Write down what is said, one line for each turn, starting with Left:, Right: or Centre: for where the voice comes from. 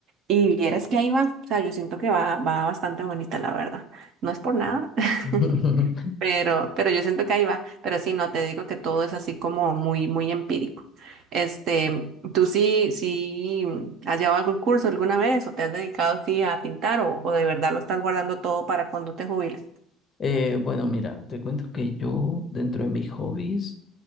Right: Y vieras que ahí va, o sea, yo siento que va, va bastante bonita, la verdad. No es por nada, <laughs>
Left: <laughs>
Right: Pero, pero yo siento que ahí va, pero sí, no te digo que todo es así como muy, muy empírico. Este, ¿tú sí, sí has llevado algún curso alguna vez o te has dedicado sí a pintar o, o de verdad lo estás guardando todo para cuando te jubiles?
Left: Eh, bueno, mira, te cuento que yo, dentro de mis hobbies,